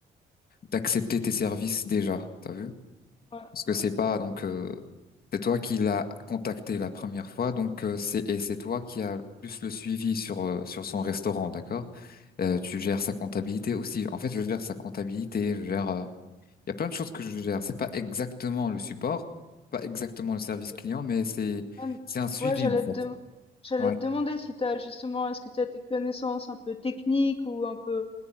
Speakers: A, on the left; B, on the left.
A: d'accepter tes services déjà. T'as vu?
B: ouais,
A: Parce que
B: ouais,
A: c'est pas donc euh, c'est toi qui l'as contacté la première fois, donc euh, c'est et c'est toi qui as plus le suivi sur euh, sur son restaurant, d'accord? Euh, tu gères sa comptabilité aussi. En fait, je gère sa comptabilité. Je gère. euh, Il y a plein de choses que je gère. C'est pas exactement le support, pas exactement le service
B: d'accord.
A: client, mais c'est
B: Ah m
A: c'est un suivi
B: ouais, j'allais
A: en
B: te
A: fait.
B: dem j'allais
A: Ouais.
B: te demander si tu justement est-ce que tu as des connaissances un peu techniques ou un peu